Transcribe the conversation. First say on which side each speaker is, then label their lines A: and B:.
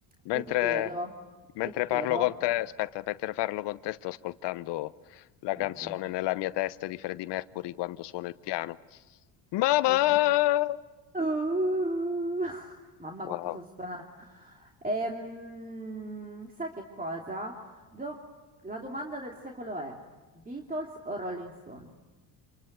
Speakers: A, on the right; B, on the left.
A: e
B: Mentre,
A: ti chiedo,
B: mentre
A: e ti chiedo,
B: parlo con te, aspetta, mentre parlo con te sto ascoltando la
A: cosa?
B: canzone nella mia testa di Freddie Mercury quando suona il piano. Mamma!
A: Ecco. Uh, <laughs> Mamma
B: Wow.
A: quanto sono stonata. Ehm, sai che cosa? Do- La domanda del secolo è Beatles o Rolling Stone?